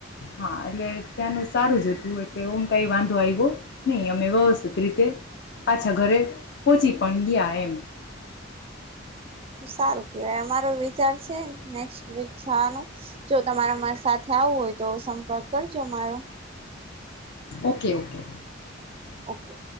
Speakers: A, on the left; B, on the right.
A: હા એટલે ત્યાંનું સારું જ હતું એટલે ઓમ કઈ વાંધો આવ્યો નહી. અમે વ્યવસ્થિત રીતે પાછા ઘરે પહોચી પણ ગયા એમ.
B: તો સારું કેવાય અમારો વિચાર છે નેક્ વીકવાનું જો તમારે મારે સાથે આવું હોય તો સંપર્ક કરજો મારો.
A: Okay okay.
B: ઓકે.